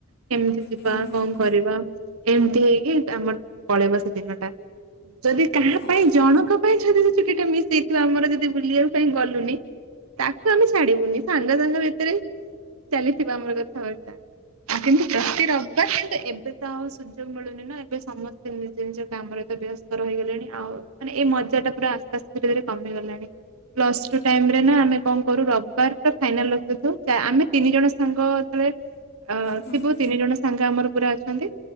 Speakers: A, on the right; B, on the left.
A: କେମିତି ଯିବା
B: ହୁଁ ହୁଁ
A: କଣ କରିବା ଏମିତି ହେଇକି ଆମର ପଳେଇବ ସେ ଦିନ ଟା ଯଦି କାହା
B: ଆଚ୍ଛା
A: ପାଇଁ ଜଣଙ୍କ ପାଇଁ ଯଦି ସେ ଛୁଟି ଟା ମିସ୍ <unintelligible> ଆମର ଯଦି ବୁଲିବା ପାଇଁ ଗଲୁନି ତାକୁ ଆମେ ଛାଡିବୁନି ସାଙ୍ଗ ସାଙ୍ଗ ଭିତରେ ଚାଲିଥିବା ଆମର କଥାବାର୍ତ୍ତା ଆଉ କିନ୍ତୁ ପ୍ରତି ରବିବାର କିନ୍ତୁ ଏବେ ତ ଆଉ ସୁଯୋଗ ମିଳୁନି ନା ଏବେ ସମସ୍ତେ ନିଜ ନିଜ କାମରେ ତ ବ୍ୟସ୍ତ ରହିଗଲେଣି। ଆଉ ମାନେ ଏଇ ମଜା ଟା ପୁରା ଆସ୍ତେ ଆସ୍ତେ ଧୀରେ ଧୀରେ କମି ଗଲାଣି ପ୍ଲସ ଟାଇରେ ନା ଆମେ କଣ କରୁ ରବିବାର ଫାଇନାଲ <unintelligible> ଆମେ ତିନି ଜଣ ସାଙ୍ଗ ଅ
B: ହୁଁ
A: ଥିବୁ
B: ହୁଁ ହୁଁ
A: ତିନି ଜଣ ସାଙ୍ଗ ଆମର ପୁରା ଅଛନ୍ତି।